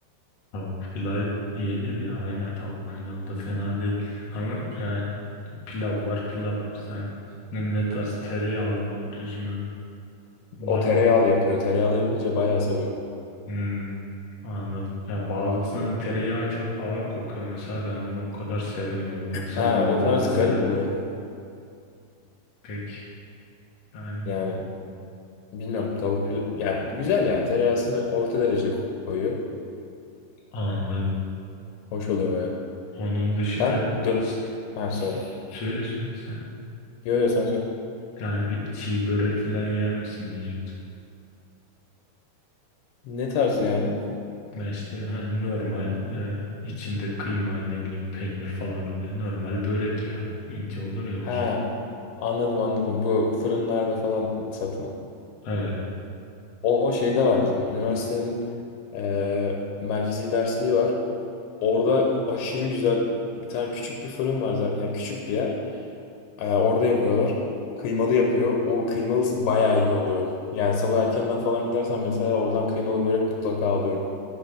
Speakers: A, on the left; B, on the left.
A: Tavuk pilav yenir ya aynen tavuk pilav da fena değil. Ama yani pilav var pilav var. Sen ne, ne tarz tereyağlı mı düz mü var
B: O tereyağlı
A: mı?
B: yapıyor. Tereyağlı yapınca bayağı sarıyor.
A: Hmm, anladım. Ya bazısının tereyağı çok ağır kokuyor mesela ben onu o kadar sevemiyorum. Yoksa
B: Ha
A: normalde
B: o tarz
A: severim.
B: garip oluyor ya.
A: Peki yani
B: Yani bilmiyorum tavuk pilav yani güzel yani tereyağısını orta derece koyuyor.
A: Anladım.
B: Hoş oluyor bayağı.
A: Onun dışında
B: Sen dö
A: ç-
B: ha söyle.
A: söyle söyle sen.
B: Yo yo sen söyle.
A: Yani bir çiğ börek falan yer misin diyecektim.
B: Ne tarz yani?
A: Ben işte hani normal e, içinde kıyma ne bileyim peynir falan oluyor. Normal börek ya. ince olur ya
B: Ha
A: uzun.
B: anladım anladım. Bu fırınlarda falan satılan.
A: Evet.
B: O şeyde var bizim. Üniversitenin eee, merkezi dersliği var. Orada aşırı güzel bir tane küçük bir fırın var zaten. Yani küçük bir yer. Eee, orada yapıyorlar. Kıymalı yapıyor. O kıymalısı bayağı iyi oluyor onun. Yani sabah erkenden falan gidersen mesela oradan kıymalı börek mutlaka alıyorum.